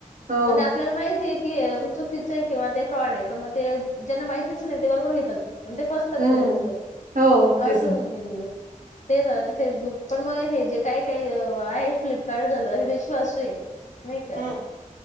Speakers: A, on the right; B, on the left.
A: हो.
B: पण आपल्याला माहितीय आहे की च किंवा ते फ्रॉड आहे, पण मग ते ज्यांना माहितीच नाही ते बरोबर घेतात. आणि ते फसतात
A: हं.
B: ते लोक
A: हो,
B: असं
A: तेच ना.
B: होऊन गेलेलं ये. ते झालं ते फेसबुक पण मग हे जे काय काय आहे फ्लिपकार्ट झालं हे विश्वासू ये. नाही का
A: हं.